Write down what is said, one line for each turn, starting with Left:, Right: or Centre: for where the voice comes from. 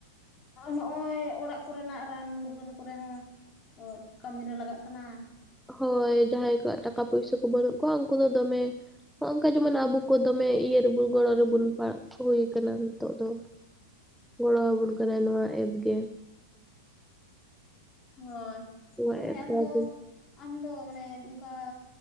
Left: ᱱᱚᱜᱼᱚᱭ ᱚᱲᱟᱜ ᱠᱚᱹᱨᱮᱱᱟᱼᱜ ᱨᱟᱱ ᱢᱩᱨᱜᱟᱹᱱ ᱠᱚᱨᱮᱹ ᱦᱚᱸ ᱠᱟᱹᱢᱤ ᱨᱮ ᱞᱟᱜᱟᱹᱜ ᱠᱟᱱᱟ
Centre: ᱦᱳᱭᱸ ᱡᱟᱦᱟᱸᱭ ᱠᱚᱣᱟᱜ ᱴᱟᱠᱟ ᱯᱩᱭᱥᱟᱹ ᱠᱚ ᱵᱟᱹᱱᱩᱜ ᱠᱚᱹᱣᱟᱹ ᱩᱱᱠᱩ ᱫᱚ ᱫᱚᱢᱮ ᱱᱚᱜ ᱱᱚᱝᱹᱠᱟ ᱡᱮᱹᱢᱚᱱ ᱟᱵᱚ ᱠᱚ ᱫᱚ ᱢᱮ ᱤᱭᱟᱹ ᱨᱮ ᱵᱚᱱ ᱜᱚᱲᱚ ᱨᱮ ᱵᱚᱱ ᱯᱟᱲ ᱦᱩᱭ ᱠᱟᱱᱟ ᱱᱤᱛᱚᱜ ᱫᱚ᱾ ᱜᱚᱲᱚ ᱟᱵᱚᱱ ᱠᱟᱱᱟ ᱱᱚᱣᱟᱹ ᱮᱯ ᱜᱮ᱾
Left: ᱦᱳᱭᱸ
Centre: ᱱᱚᱣᱟ
Left: ᱛᱟᱦᱞᱮ
Centre: ᱮᱯ
Left: ᱟᱢ
Centre: ᱛᱟᱞᱟᱛᱮ᱾
Left: ᱫᱚ ᱟᱢ ᱫᱚ ᱢᱟᱹᱱᱮ ᱚᱱᱠᱟ